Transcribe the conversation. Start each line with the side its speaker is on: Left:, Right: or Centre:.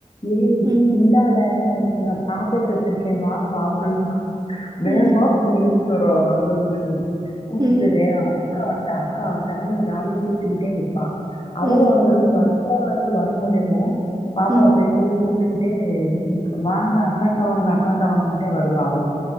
Left: ஏய்
Right: ம்,
Left: இந்தால உனக் நா சாக்லேட்டு வெச்சுருக்க வா சாப்புல்லா
Right: ம்,
Left: வேகமா வான் இழுத்துட் சுயோறா அவ வந்தது நீங் ஊட்டிட்டுந்ததே
Right: ம்,
Left: அக்கா வந்ன்ட்டா அக்கா வந்ன்ட்டா அப்பின்னு ஜாலியா சிருச்சுக்கிட்டே நிப்பா அவளு
Right: ம்,
Left: அங்க இருந்து வரு ஸ்கூட்டர் இருந்து வர முடியுமோ பாப்பாவ
Right: ம்,
Left: போய் கூப்டு கிட்டு ன்ட்டு வாங்க அக்காட்ட வாங்க அக்காட்ட வாங்கன்ட்டு வருவா அவளு